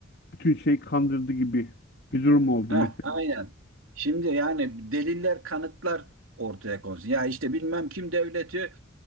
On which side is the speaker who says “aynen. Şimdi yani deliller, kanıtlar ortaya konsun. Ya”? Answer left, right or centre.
Right